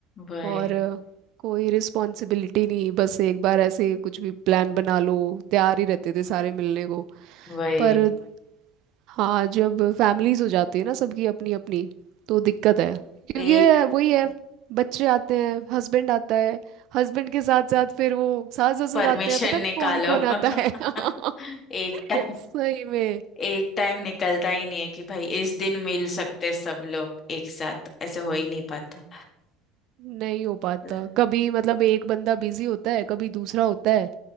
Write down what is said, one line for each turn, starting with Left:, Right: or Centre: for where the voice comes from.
Left: वही
Right: और अ, कोई रिस्पॉन्सिबिलिटी नहीं बस एक बार ऐसे कुछ भी प्लान बना लो तैयार ही रहते थे सारे मिलने को
Left: वही।
Right: पर हाँ जब फैमिलीज हो जाती है ना सबकी अपनी अपनी तो दिक्कत है क्योंकि
Left: तो एक
Right: ये वही है बच्चे आते हैं हस्बैंड आता है हस्बैंड के साथ साथ फिर वो सास ससुर
Left: परमिशन
Right: आते हैं पता नहीं
Left: निकालो
Right: कौन कौन
Left: <laughs>
Right: आता है <laughs>
Left: एक टाइम
Right: सही में
Left: एक टाइम निकलता ही नहीं है कि भाई इस दिन मिल सकते हैं सब लोग एक साथ ऐसे हो ही नहीं पाता
Right: नहीं हो पाता
Left: हम्म।
Right: कभी मतलब एक बंदा बिजी होता है कभी दूसरा होता है